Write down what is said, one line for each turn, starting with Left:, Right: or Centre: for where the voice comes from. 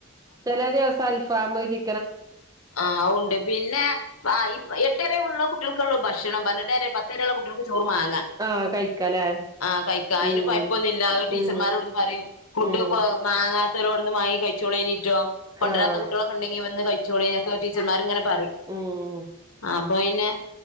Right: ചെല ദിവസം അൽഫാമ്മ് ചി
Left: ആഹു ഉണ്ട് പിന്നെ. ആ ഇപ്പം എട്ടര ഉള്ള കുട്ടികക്കുള്ള ഭക്ഷണം പറഞ്ഞിട്ട്കാര്യ പത്തര ഉുള്ള കുട്ടികൾക്ക് ചോറ് മാങ്ങ.
Right: ആഹ് കഴിക്കാലേ
Left: ആ കഴിക്ക അതിന്
Right: ഉം
Left: കൊഴപ്പൊന്നുമില്ല അ ടീച്ചർമാരോടുന്ന്
Right: ഉം
Left: പറയും ഫുഡ്
Right: ഉം
Left: മാങ്ങാത്തവരോവിടുന്ന് മാങ്ങി കഴിച്ചോളി. എണിട്ടോ കൊണ്ടരാത്ത
Right: ആഹ്
Left: കുട്ടികൾ ഉണ്ടകിൽ ന്ന് കയിച്ചോളി ടീച്ചർമാർ ഇങ്ങനെ പറയും.
Right: ഉം
Left: ആ അപ്പൊ പിന്നെ